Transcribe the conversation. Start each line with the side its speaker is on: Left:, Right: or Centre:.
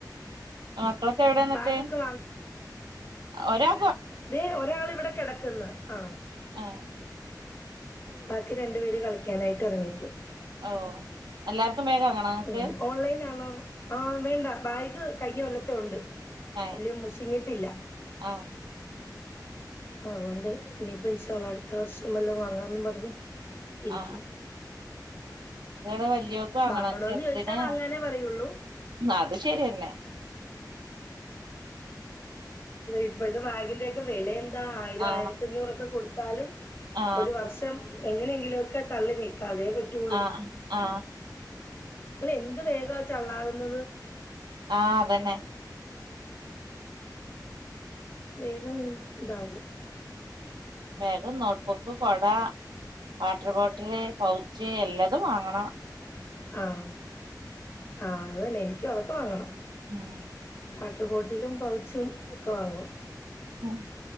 Right: ആഹ മളൊക്കെ എവിടെ വന്നിട്ട്
Left: ബാഗൊക്കെ
Right: ഒരാ
Left: അതെ ഒരാൾ ഇവിടെ കിടക്കുന്ന ആ
Right: ആഹ
Left: ബാക്കി രണ്ടു പേര് കളിക്കാനായിട്ട് ഇറങ്ങിപ്പോയി
Right: ഓ എല്ലാർക്കും ബാഗ് വാങ്ങണോ നിങ്ങക്ക്
Left: ഉം ഓൺലൈൻ ആണോ ആ വേണ്ട ബാഗ് കഴിഞ്ഞ കൊല്ലത്തെ ഉണ്ട്
Right: ഏ
Left: വല്യ മുശിഞ്ഞിട്ടില്ല
Right: ആ
Left: അതൊണ്ട് ഇനിപ്പ അടുത്ത വർഷം വല്ല വാങ്ങാന്നന്ന് പറഞ്ഞ് ഇരിക്കുന്നു
Right: ആ <unintelligible> വാങ്ങണം
Left: വാങ്ങണന്ന്
Right: ചെറുതിന്
Left: ചോയിച്ചാ വാങ്ങാനേ പറയുള്ളൂ
Right: അത് ശരിയന്നെ
Left: ഇപ്പഴത്തെ ബാഗിന്റെക്കെ വില എന്താ ആയിരം
Right: ആ
Left: ആയിരത്തിഞ്ഞൂറൊക്കെ കൊടുത്താലും
Right: ആ
Left: ഒരു വർഷം എങ്ങനെയെങ്കിലു ഒക്കെ തള്ളി നീക്കും കദേ പറ്റുള്ളൂ
Right: ആ ആ
Left: അല്ല എന്ത് വേഗം വെച്ചാ ഉള്ളാകുന്നത്
Right: ആഹ അതന്നെ
Left: വേഗം ഇതാകും
Right: ബാഗ് നോട്ട്ബുക്ക് കൊട വാട്ടർ ബോട്ടില് പൗച്ച് എല്ലാതും വാങ്ങണം
Left: ആഹ ആഹ അത്തന്നെ എനിക്കും അതൊക്കെ വാങ്ങണം
Right: ആഹ
Left: വാട്ടർ ബോട്ടിലും പൗച്ചും ഒക്കെ വാങ്ങും
Right: ആഹ